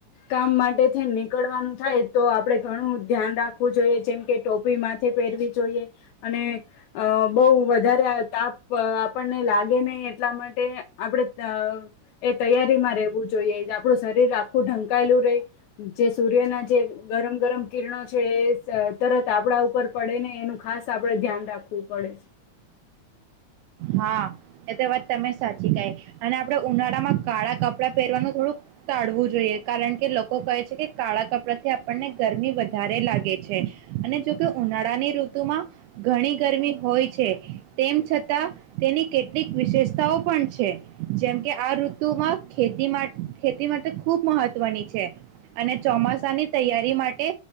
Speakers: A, on the left; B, on the right.
A: કામ માટે થઈ નીકળવાનું થાય તો આપડે ઘણું ધ્યાન રાખવું જોઈએ જેમકે ટોપી માથે પહેરવી જોઈએ અને અહ બહુ વધારે તાપ આપણને લાગે નહીં એટલા માટે આપડે અહ એ તૈયારીમાં રહેવું જોઈએ આપડુ શરીર આખું ઢંકાયેલું રહે જે સૂર્યના જે ગરમ ગરમ કિરણો છે એ સ તરત આપણા ઉપર પડે ને એનું ખાસ આપડે ધ્યાન રાખવું પડે છે.
B: હા, એ તો વાત તમે સાચી કાય અને આપડે ઉનાળામાં કાળા કપડાં પહેરવાનું થોડુંક ટાળવું જોઈએ કારણ કે લોકો કહે છે કે કાળા કપડા થી આપણને ગરમી વધારે લાગે છે. અને જોકે ઉનાળાની ઋતુમાં ઘણી ગરમી હોય છે તેમ છતાં તેની કેટલીક વિશેષતાઓ પણ છે. જેમકે આ ઋતુમાં ખેતી માં ખેતી માટે ખૂબ મહત્વની છે અને ચોમાસાની તૈયારી માટે